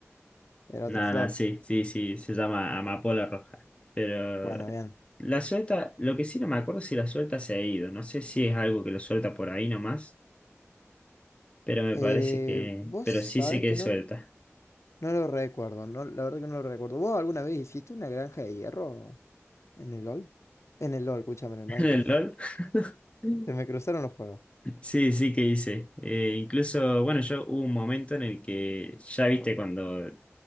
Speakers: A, on the left; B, on the left.
A: era
B: No,
A: otra flor.
B: no, sí, sí, sí, se llama amapola roja. Pero
A: Bueno, bien.
B: la suelta, lo que sí no me acuerdo si la suelta se ha ido. No sé si es algo que lo suelta por ahí nomás, pero me
A: Eh,
B: parece que...
A: vos
B: Pero
A: sabés
B: sí sé que
A: que
B: suelta.
A: no, no lo recuerdo. No, la verdad que no lo recuerdo. ¿Vos alguna vez hiciste una granja de hierro en el LOL? En el LOL, escúchame, en el Minecraft.
B: <laughs> ¿En el LOL? <laughs>
A: Se me cruzaron los juegos.
B: Sí, sí que hice. Eh, incluso, bueno, yo hubo un momento en el que ya viste cuando